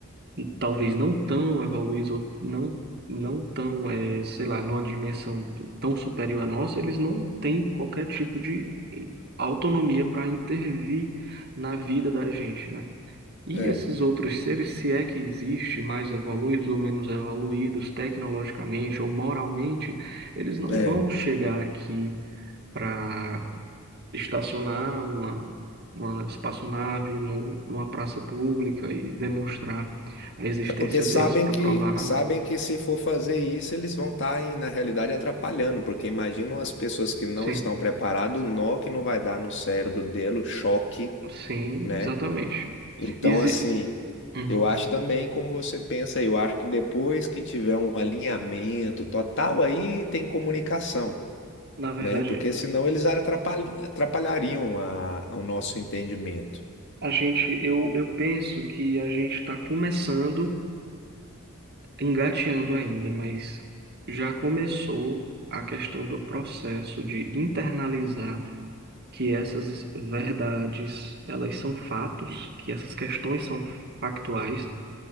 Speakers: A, on the right; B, on the left.
A: e talvez não tão evoluídos, ou não, não tão, eh, sei lá, numa dimensão tão superior à nossa, eles não têm qualquer tipo de autonomia para intervir na vida da gente, né? E
B: é,
A: esses outros seres, se é que existe, mais evoluídos ou menos evoluídos tecnologicamente ou moralmente, eles não
B: é.
A: vão chegar aqui. para estacionar uma, uma espaçonave no, numa praça pública e demonstrar a existência
B: É porque sabem
A: deles para
B: que
A: provar nada.
B: sabem que se for fazer isso, eles vão estar, na realidade, atrapalhando, porque imaginam as pessoas que não
A: Sim,
B: estão preparadas, o nó que não vai dar no cérebro dele, o choque,
A: sim,
B: né?
A: exatamente.
B: Então,
A: Exi-
B: assim,
A: Uhum.
B: Eu acho também como você pensa, eu acho que depois que tiver um alinhamento total, aí tem comunicação,
A: Na verdade,
B: né? Porque senão eles atrapal- atrapalhariam a, o nosso entendimento.
A: a gente, eu, eu penso que a gente está começando, engateando ainda, mas já começou a questão do processo de internalizar que essas verdades, elas são fatos, que essas questões são factuais